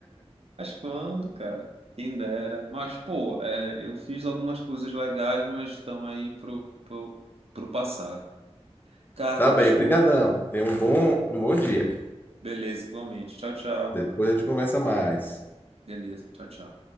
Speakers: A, on the right; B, on the left.
A: quando, cara? Quem dera. Mas, pô, é, eu fiz algumas coisas legais, mas estão aí pro, pro, pro passado. Cara,
B: Tá
A: desculpa.
B: bem, brigadão. Tenha um bom, um bom dia.
A: Beleza, igualmente. Tchau, tchau.
B: Depois a gente conversa mais.
A: Beleza, tchau, tchau.